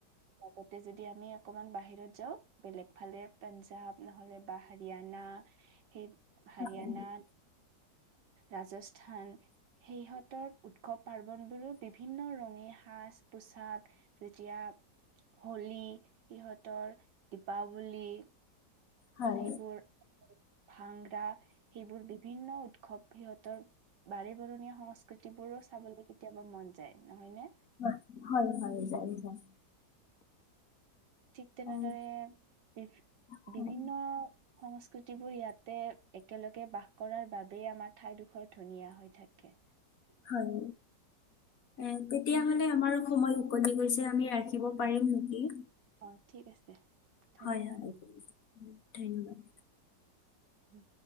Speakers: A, on the right; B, on the left.
A: লগতে যদি আমি অকমান বাহিৰত যাওঁ। বেলেগফালে পাঞ্জাৱ নহ'লে বা হাৰিয়ানা সেই হাৰিয়ানা,
B: হয়,
A: ৰাজস্থান, সিহঁতৰ উৎসৱ পাৰ্বণবোৰো বিভিন্ন ৰঙী সাজ-পোছাক যেতিয়া হোলী, সিহঁতৰ দীপাৱলী
B: হয়,
A: সেইবোৰ- হাংৰা, সেইবোৰ বিভিন্ন উৎসৱ সিহঁতৰ- বাৰে বৰণীয়া সংস্কৃতিবোৰো চাবলৈ কেতিয়াবা মন যায়। নহয়নে।
B: হয়। হয় হয়, যায় যায়।
A: ঠিক তেনেদৰে,
B: অ',
A: বি
B: হয়,
A: বিভিন্ন সংস্কৃতিবোৰ ইয়াতে একেলগে বাস কৰাৰ বাবেই। আমাৰ ঠাইডোখৰ ধুনীয়া হৈ থাকে।
B: হয়। এ তেতিয়াহ'লে আমাৰ সময় উকলি গৈছে। আমি ৰাখিব পাৰিম নেকি?
A: অ', ঠিক আছে। ধন্যবাদ।
B: হয় হয়, ধন্যবাদ।
A: উম্,